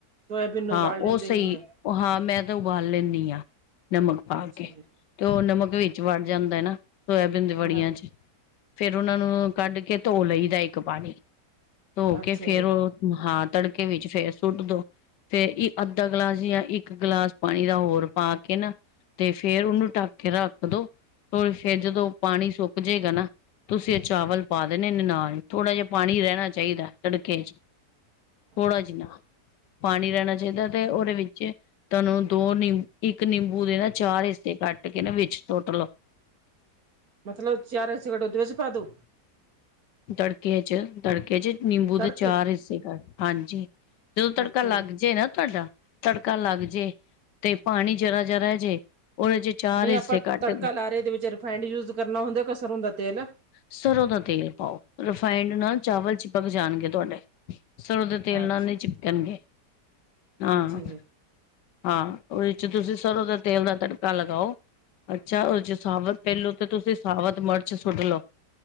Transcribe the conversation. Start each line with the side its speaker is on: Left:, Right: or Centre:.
Right: ਸੋਇਆਬੀਨ ਨੂੰ
Left: ਹਾਂ
Right: ਉਬਾਲ
Left: ਓ
Right: ਲੈਂਦੇ
Left: ਸਈ
Right: ਹੈਗੇ ਆ
Left: ਹਾਂ ਮੈਂ ਤਾਂ ਉਬਾਲ ਲੇਨੀਂ ਆ, ਨਮਕ ਪਾ
Right: ਅੱਛਾ
Left: ਕੇ।
Right: ਜੀ
Left: ਤੇ ਓ ਨਮਕ ਵਿੱਚ ਵੜ ਜਾਂਦਾ ਐ ਨਾ, ਸੋਇਆਬੀਨ ਦੀ ਵੜੀਆਂ
Right: ਅ
Left: 'ਚ ਫਿਰ ਉਨਾਂ ਨੂੰ ਕੱਢ ਕੇ ਧੋ ਲਈ ਦਾ ਇੱਕ ਪਾਣੀ, ਧੋ
Right: ਅੱਛਾ
Left: ਕੇ ਫੇਰ
Right: ਜੀ
Left: ਓ ਹਾਂ ਤੜਕੇ ਵਿੱਚ ਫੇਰ ਸੁੱਟ ਦੋ, ਫੇਰ ਈ ਅੱਧਾ ਗਲਾਸ ਜਾਅ ਇੱਕ ਗਲਾਸ ਪਾਣੀ ਦਾ ਹੋਰ ਪਾ ਕੇ ਨਾ, ਤੇ ਫੇਰ ਓਨੂੰ ਢੱਕ ਕੇ ਰੱਖ ਦੋ ਤੋਂ ਫਿਰ ਜਦੋਂ ਪਾਣੀ ਸੁੱਕ ਜੇਗਾ ਨਾ ਤੁਸੀ ਇ ਚਾਵਲ ਪਾ ਦੇਣੇ ਨੇ ਨਾਲ ਈ, ਥੋੜਾ ਜਾ ਪਾਣੀ ਰਹਿਣਾ ਚਾਹੀਦਾ ਤੜਕੇ 'ਚ
Right: ਅੱਛਾ
Left: ਥੋੜਾਂ ਜਿਨਾ
Right: ਜੀ
Left: ਪਾਣੀ ਰਹਿਣਾ ਚਾਈਂਦਾ, ਤੇ ਉਦੇ ਵਿੱਚ ਚ ਤਾਨੂੰ ਦੋ ਨਿੰ ਇੱਕ ਨਿੰਬੂ ਦੇ ਨਾ ਚਾਰ ਹਿਸੇ ਕੱਟ ਕੇ ਨਾ ਵਿੱਚ ਸੁੱਟ ਲੋ।
Right: ਮਤਲਬ ਚਾਰਸ <unintelligible> ਓਦੇ ਵਿਚ ਪਾ ਦੋ?
Left: ਤੜਕੇ 'ਚ- ਤੜਕੇ 'ਚ ਨਿੰਬੂ
Right: ਤੜਕੇ
Left: ਦੇ ਚਾਰ
Right: 'ਚ?
Left: ਹਿੱਸੇ ਕਰ, ਹਾਂਜੀ। ਜਦੋਂ ਤੜਕਾ
Right: ਅੱਛਾ
Left: ਲੱਗਜੇ
Right: ਜੀ
Left: ਨਾ ਤੁਆਡਾ ਤੜਕਾ ਲੱਗਜੇ ਤੇ ਪਾਣੀ ਜਰਾ- ਜਰਾ ਜੇ ਉਦੇ 'ਚ ਚਾਰ
Right: ਨਈ
Left: ਹਿੱਸੇ
Right: ਆਪਾ
Left: ਕੱਟ
Right: ਤੜਕਾ
Left: ਕੇ
Right: ਲਾ ਰੇ ਇਹਦੇ ਵਿੱਚ ਰਫ਼ੈਂਡ ਯੂਜ ਕਰਨਾ ਹੁੰਦਾ ਕ ਸਰੋਂ ਦਾ ਤੇਲ?
Left: ਸਰੋਂ ਦਾ ਤੇਲ ਪਾਓ, ਰਫਾਇੰਡ ਨਾਲ ਚਾਵਲ ਚਿਪਕ ਜਾਣਗੇ ਤੁਆਡੇ। ਸਰੋਂ ਦੇ ਤੇਲ
Right: ਅੱਛਾ
Left: ਨਾਲ ਨਈਂ ਚਿਪਕਣਗੇ, ਹਾਂ।
Right: ਅੱਛਾ ਜੀ
Left: ਹਾਂ ਉਹਦੇ 'ਚ ਤੁਸੀਂ ਸਰ੍ਹੋਂ ਦੇ ਤੇਲ ਦਾ ਤੜਕਾ ਲਗਾਓ। ਅੱਛਾ ਓਦੇ ਚ ਤੁਸੀ ਸਾਵਤ ਪੇਲੋ ਤੇ, ਤੁਸੀ ਸਾਵਤ ਮਰਚ ਸੁੱਟ ਲਓ।